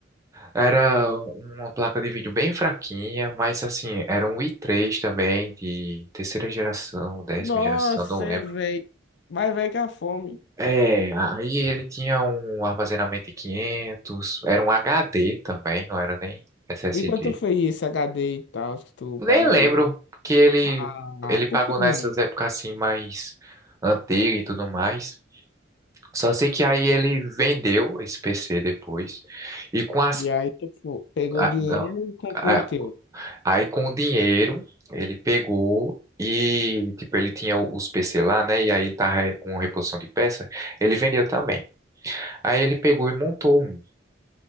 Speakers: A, on the right; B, on the left.
A: Era uma placa de vídeo bem fraquinha, mas assim, era um i3 também, de terceira geração, décima
B: Nossa,
A: geração, não lembro.
B: é, velho. Mas velho que a fome.
A: É, aí ele tinha um armazenamento de 500, era um HD também, não era nem SSD.
B: E quanto foi esse HD e tal que tu
A: Nem
B: pagou?
A: lembro que ele,
B: Ah,
A: ele pagou
B: por que,
A: nessas
B: mano?
A: épocas assim mais antigas e tudo mais. Só sei que aí ele vendeu esse PC depois, e com as...
B: E aí tu fo- pegou
A: a-
B: o dinheiro
A: não,
B: e comprou
A: a-
B: o teu.
A: Aí com o dinheiro, ele pegou e, tipo, ele tinha o- os PC lá, né? E aí ele tava re- com reposição de peça, ele vendeu também. Aí ele pegou e montou um,